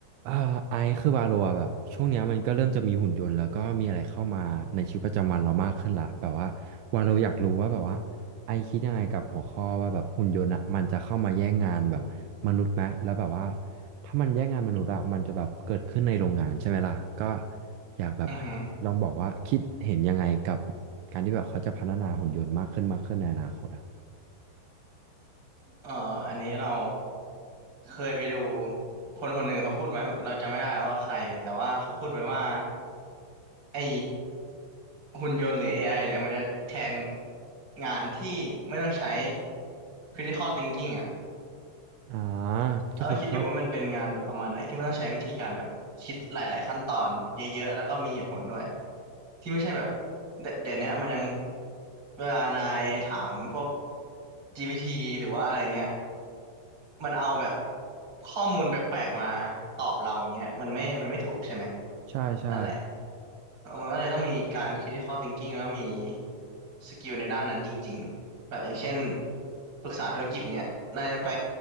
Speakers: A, on the right; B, on the right.
A: อ่าไอซ์คือวาโลอะแบบช่วงเนี้ยมันก็เริ่มจะมีหุ่นยนต์แล้วก็มีอะไรเข้ามาในชีวิตประจำวันเรามากขึ้นละแบบว่าวาโลอยากรู้ว่าแบบว่าไอซ์คิดยังไงกับหัวข้อว่าแบบหุ่นยนต์อะมันจะเข้ามาแย่งงานแบบมนุษย์ไหมแล้วแบบว่าถ้ามันแย่งงานมนุษย์อะมันจะแบบเกิดขึ้นในโรงงานใช่ไหมล่ะก็อยากแบบ
B: อือฮึ
A: ลองบอกว่าคิดเห็นยังไงกับการที่แบบเขาจะพัฒนาหุ่นยนต์มากขึ้นมากขึ้นในอนาคตอะ
B: เอ่ออันนี้เราเคยไปดูคนคนหนึ่งเขาพูดไว้เราจำไม่ได้แล้วว่าใครแต่ว่าเขาพูดไว้ว่าไอหุ่นยนต์หรือ AI เนี่ยมันจะแทนงานที่ไม่ต้องใช้ critical thinking อ่ะ
A: อ่าก็คือมันต้อง
B: เราคิดอยู่ว่ามันเป็นงานแบบประมาณไหนที่ไม่ต้องใช้วิธีการแบบคิดหลายๆขั้นตอนเยอะๆ แล้วก็มีเหตุผลด้วยที่ไม่ใช่แบบเดเดี๋ยวเนี้ยมันยังเวลานายถามพวก GPT หรือว่าอะไรเงี้ย มันเอาแบบข้อมูลแปลกๆมาตอบเราอย่างเงี้ยมันไม่มันไม่ถูกใช่ไหม
A: ใช่ใช่
B: นั่นแหละเออมันก็เลยต้องมีการ critical thinking แล้วก็มีสกิลในด้านนั้นจริงๆแบบอย่างเช่นปรึกษาธุรกิจเงี้ยนายจะไป